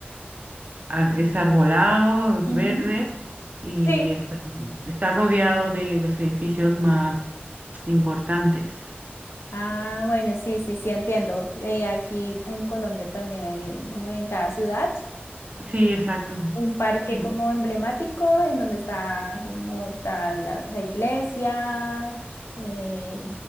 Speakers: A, on the right; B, on the left.
A: ar- es arbolado, es
B: Ujú.
A: verde y
B: Sí.
A: está, está rodeado de los edificios más importantes.
B: Ah, bueno, sí, sí, sí, entiendo. Eh, aquí en Colombia también hay, como en cada ciudad,
A: Sí, exacto.
B: un parque
A: Y
B: como emblemático en donde está como tal la, la iglesia, eh,